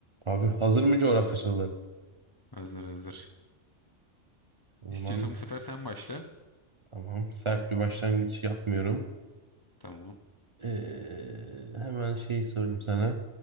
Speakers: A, on the right; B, on the left.
A: Abi hazır mı coğrafya soruları?
B: Hazır hazır.
A: O
B: İstiyorsan
A: zaman
B: bu sefer sen başla.
A: tamam. Sert bir başlangıç yapmıyorum.
B: Tamam.
A: Ee, hemen şey sorayım sana.